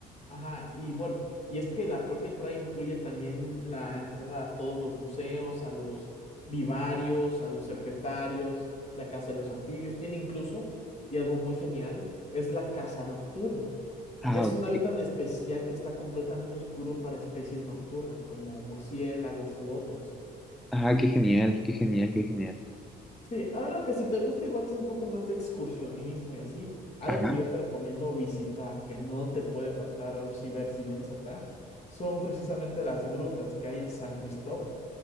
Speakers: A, on the left (about 40°); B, in the centre.
A: Ajá, y bueno, y es que la propia entrada incluye también la entrada a todos los museos, a los vivarios, a los herpetarios, la casa de los anfibios. Tiene incluso, y algo muy genial, es la casa nocturna,
B: Ah,
A: que es
B: ok.
A: un hábitat especial que está completamente oscuro para especies nocturnas, como murciélagos u otros.
B: Ah, qué genial, qué genial, qué genial.
A: Sí, ahora lo que si te gusta igual es un poco más de excursionismo y así, algo
B: Ajá.
A: que yo te recomiendo visitar, que no te puede faltar ahora sí ver si vienes acá, son precisamente las grutas que hay en San Cristóbal.